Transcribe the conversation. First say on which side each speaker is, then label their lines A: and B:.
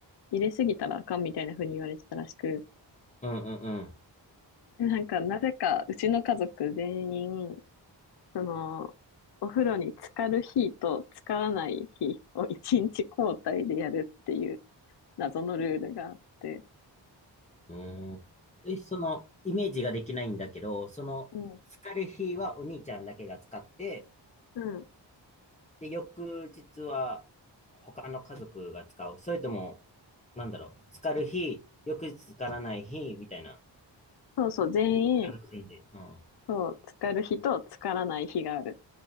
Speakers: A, on the left; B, on the left.
A: 入れすぎたらあかんみたいな風に言われてたらしく、
B: うんうん
A: でなんか、なぜか、うちの家族全員、その、お風呂に浸かる日と浸からない日を一日交代でやるっていう謎のルールがあって、
B: うんうんうんうん。え、その、イメージができないんだけど、その、
A: うん。
B: 疲れ日はお兄ちゃんだけが使って、
A: うん
B: で、翌日は他の家族が使う。それとも、なんだろう、疲れ日、翌日使わない日、みたいな。
A: そうそう、全員、
B: 家族全員で。うん。あ
A: そう、浸かる日と浸からない日がある、